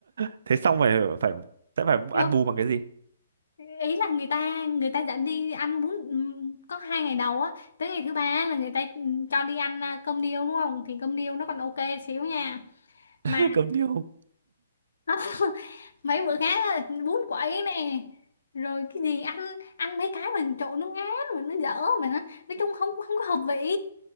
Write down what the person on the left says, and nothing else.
Kiểu,
ý là người ta người ta dẫn đi ăn bún ừm, có hai ngày đầu á tới ngày thứ ba á là người ta ừm, cho đi ăn à, cơm điêu đúng không thì cơm điêu nó còn ok xíu nha
mà
<laughs> mấy bữa khác á, bún quậy nè rồi cái gì ăn ăn mấy cái mình trộn nó ngán mà nó dở mà nó- nói chung không không có hợp vị